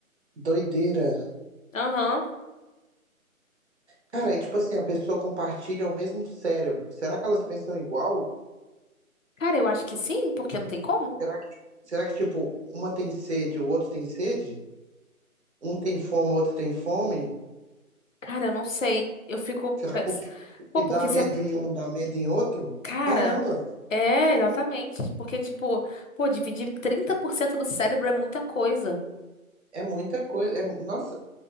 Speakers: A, on the right (about 50°); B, on the left (about 60°).
A: doideira.
B: Aham.
A: Cara, e tipo assim, a pessoa compartilha o mesmo cérebro. Será que elas pensam igual?
B: Cara, eu acho que sim, porque não tem como.
A: Será que, será que tipo, uma tem sede, o outro tem sede? Um tem fome, o outro tem fome?
B: Cara, eu não sei. Eu fico
A: Será
B: pens...
A: que o
B: Pô,
A: que
B: porque
A: dá medo
B: você.
A: em um dá medo em outro?
B: Cara,
A: Caramba,
B: é, exatamente. Porque, tipo, pô, dividir 30% do cérebro é muita coisa. <laughs>
A: é muita coisa. É, nossa,